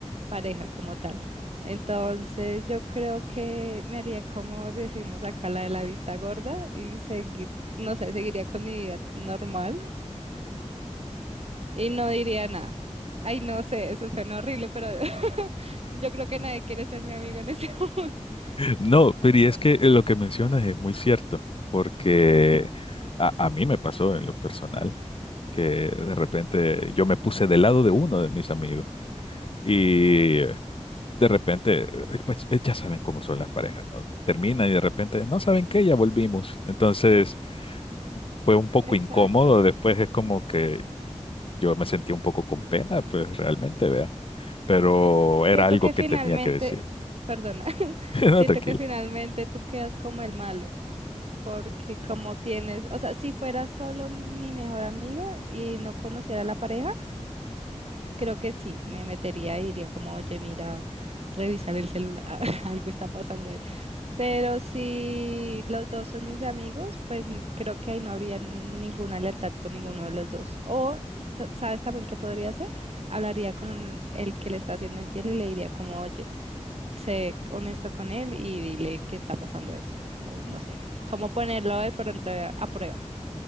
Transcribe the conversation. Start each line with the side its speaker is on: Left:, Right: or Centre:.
Right: pareja, como tal. Entonces yo creo que me haría como decimos acá la de la vista gorda y seguir, no sé, seguiría con mi vida normal y no diría nada. Ay, no sé, eso suena horrible, pero <laughs> yo creo que nadie quiere ser mi amigo en ese <laughs> momento.
Left: No, pero
Right: Pero-
Left: y es que lo que mencionas es muy cierto, porque a, a mí me pasó en lo personal, que de repente yo me puse del lado de uno de mis amigos. Y de repente, eh, pues eh, ya saben cómo son las parejas, ¿no? Terminan y de repente, no saben qué, ya volvimos. Entonces fue un poco
Right: exacto.
Left: incómodo, después es como que yo me sentí un poco con pena, pues realmente, vea, pero
Right: Que-
Left: era
Right: Siento
Left: algo
Right: que
Left: que
Right: finalmente,
Left: tenía que decir.
Right: perdona, <laughs>
Left: <laughs> No,
Right: siento
Left: tranquilo.
Right: que finalmente tú quedas como el malo, porque como tienes, o sea, si fuera solo mi mejor amigo y no conociera a la pareja, creo que sí, me metería y diría como, oye, mira, revisar el celular, <laughs> algo está pasando Pero si los dos son mis amigos, pues n- creo que ahí no habría ninguna lealtad con ninguno de los dos. O, ta- ¿sabes también qué podría hacer? Hablaría con el que le está haciendo infiel y le diría como, oye, sé honesto con él y dile que está pasando eso. O no sé, cómo ponerlo de pronto a prueba.